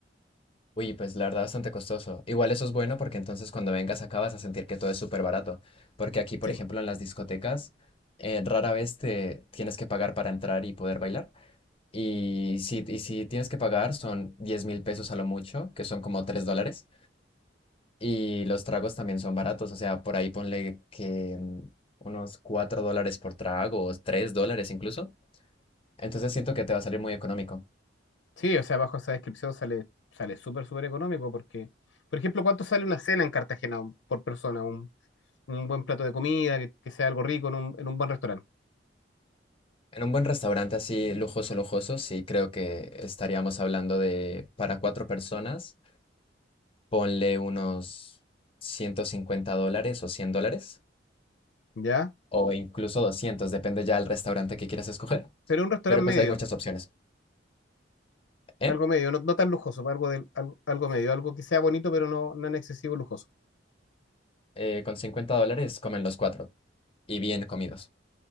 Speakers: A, on the left; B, on the left.
A: Uy, pues la verdad bastante costoso. Igual eso es bueno porque entonces cuando vengas acá vas a sentir que todo es súper barato. Porque aquí, por
B: Sí,
A: ejemplo, en las discotecas, eh, rara vez te tienes que pagar para entrar y poder bailar. Y si, y si tienes que pagar son diez mil pesos a lo mucho, que son como 3 dólares. Y los tragos también son baratos. O sea, por ahí ponle que mm, unos 4 dólares por trago o 3 dólares incluso. Entonces siento que te va a salir muy económico.
B: sí, o sea, bajo esa descripción sale sale súper, súper económico, porque, por ejemplo, ¿cuánto sale una cena en Cartagena por persona? Un, un buen plato de comida, que, que sea algo rico en un, en un buen restaurante,
A: En un buen restaurante así lujoso, lujoso, sí creo que estaríamos hablando de para cuatro personas, ponle unos 150 dólares o 100 dólares,
B: ¿ya?
A: o incluso 200 depende ya del restaurante que quieras escoger.
B: Pero un restaurante
A: Pero pues
B: medio,
A: hay muchas opciones. ¿Eh?
B: Algo medio, no, no tan lujoso, pues, algo, del- algo, algo medio, algo que sea bonito, pero no, no en excesivo lujoso.
A: Eh, con cincuenta dólares comen los cuatro y bien comidos.